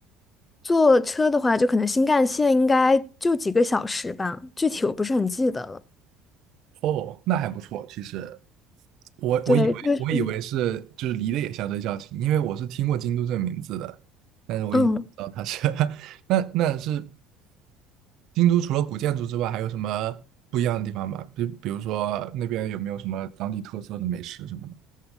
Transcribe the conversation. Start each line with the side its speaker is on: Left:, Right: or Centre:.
Left: 坐车的话，就可能新干线应该就几个小时吧，具体我不是很记得了。
Right: 哦，那还不错。其实我我以为我以为是就是离得也相对较近，
Left: 对，就是
Right: 因为我是听过京都这个名字的，但是我一直不知道它是
Left: 嗯，
Right: <laughs> 那那是京都除了古建筑之外，还有什么不一样的地方吗？比比如说那边有没有什么当地特色的美食什么的